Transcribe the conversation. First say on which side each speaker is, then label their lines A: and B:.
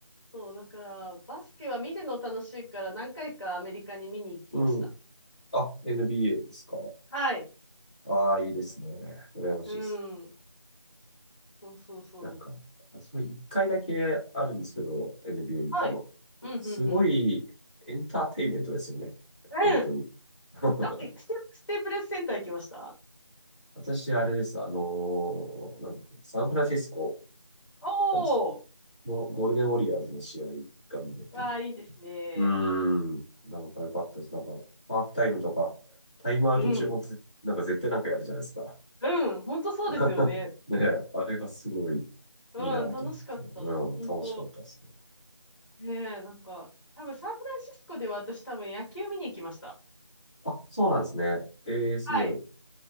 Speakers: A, on the left (about 45°); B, on the left (about 15°).
A: そう、だから、バスケは見るの楽しいから何回かアメリカに見に行きました。
B: うん。あ、NBA ですか。
A: はい。
B: ああ、いいですね。羨ましいですね。
A: うん。そうそうそう。
B: なんか、私も一回だけあるんですけど、NBA 見たの。
A: はい。うん、うん、
B: すごいエンターテインメントですよね。
A: うん。うん。
B: 本当に。<laughs>
A: どっけ、ステ、ステープレスセンター行きました
B: 私、あれです。あのーなんだっけ、サンフランシスコ
A: おー。
B: なんですよ。のゴールデンウォリアーズの試合が見れて、
A: わあ、いいですね。
B: うーん。なんか良かったです。なんか、ハーフタイムとか、タイムアウト中もぜなんか絶対なんかやるじゃないですか。
A: うん。うん。本当そうですよね。
B: <laughs> ねえ、あれがすごい
A: うん。
B: いいなと思って、
A: 楽しかった。
B: うん、
A: 本当。
B: 楽しかったですね。
A: ねえ、なんか、多分サンフランシスコでは私多分野球見に行きました。
B: あ、そうなんですね。えー、すごい。
A: はい。